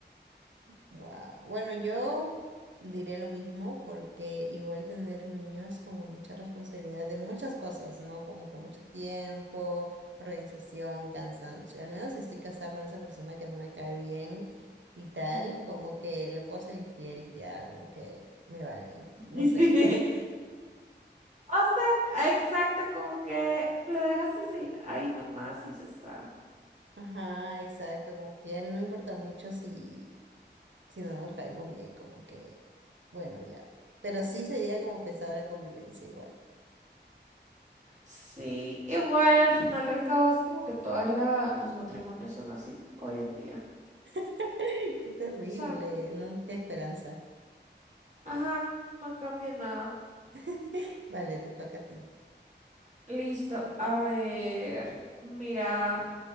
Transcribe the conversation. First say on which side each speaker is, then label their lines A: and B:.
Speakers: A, on the right (about 80°); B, on the right (about 40°).
A: Wow. Bueno, yo diré lo mismo porque igual tener un niño es como mucha responsabilidad de muchas cosas, ¿no? Como con mucho tiempo, organización, cansancio. Al menos si estoy casada con esa persona que no me cae bien y tal,
B: Ujú.
A: como que le puedo ser infiel y ya, como que me vale,
B: <laughs>
A: no sé.
B: O sea, exacto, como que lo dejas así, ahí nomás y ya está.
A: <laughs> Ajá, exacto, como que ya no importa mucho si si no nos caemos bien, como que, bueno, ya. Pero sí sería como pesada la convivencia igual.
B: Sí, igual al final del cabo es como que todos los matrimonios son así hoy en día.
A: <laughs> Qué terrible,
B: O sea,
A: no nos queda esperanza.
B: ajá, no cambia nada.
A: <laughs> Vale, te toca a ti.
B: Listo, a ver, mira,